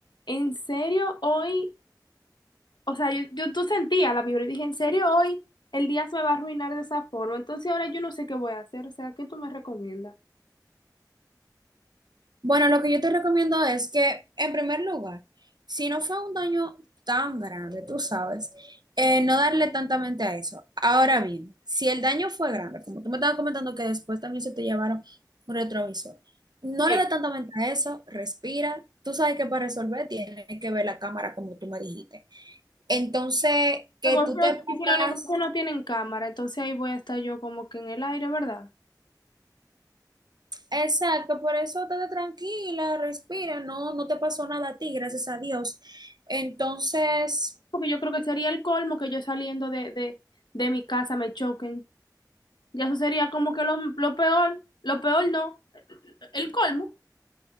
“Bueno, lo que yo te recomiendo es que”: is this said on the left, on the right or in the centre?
Right